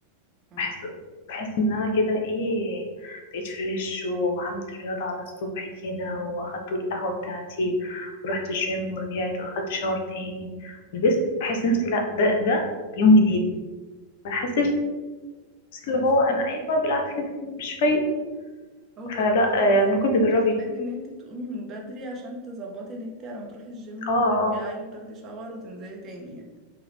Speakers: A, on the right; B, on the left.
A: مم.
B: بحس بحس ان انا كده ايه بقيت فريش وعملت رياضة على الصبح كده واخدت القهوة بتاعتي ورحت الجيم ورجعت واخدت شاور تاني ولبست بحس نفسي لا ده ده يوم جديد ما بحسش اللي
A: بس
B: هو انا قايمة بالعافية مش فايقة
A: هو
B: فلا
A: الفكره بس
B: آه، ممكن
A: ان انت
B: تجربي
A: بتحتاجي ان انت تقومي من بدري عشان تظبطي ان انت على ما تروحي الجيم
B: اه آه.
A: وترجعي وتاخدي شاور وتنزلي تاني يعني